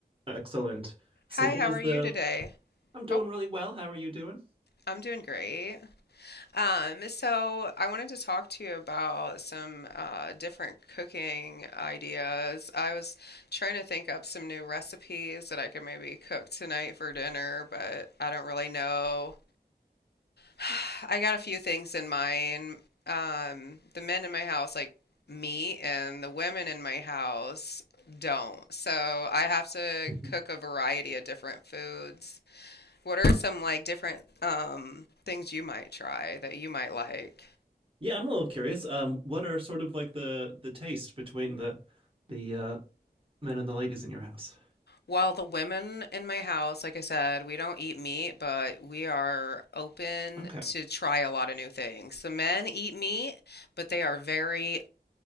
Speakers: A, on the right; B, on the left.
A: Excellent. So
B: Hi,
A: what
B: how
A: was
B: are
A: the
B: you today?
A: I'm doing
B: Oh,
A: really well. How are you doing?
B: I'm doing great. Um, so I wanted to talk to you about some uh, different cooking ideas. I was trying to think up some new recipes that I could maybe cook tonight for dinner, but I don't really know. <sighs> I got a few things in mind. Um, the men in my house like meat, and the women in my house don't. So I have to
A: <laughs>
B: cook a variety of different foods. What are some like different um, things you might try that you might like?
A: Yeah, I'm a little curious. Um, what are sort of like the the taste between the the uh men and the ladies in your house?
B: Well, the women in my house, like I said, we don't eat meat, but we are open
A: Okay.
B: to try a lot of new things. The men eat meat, but they are very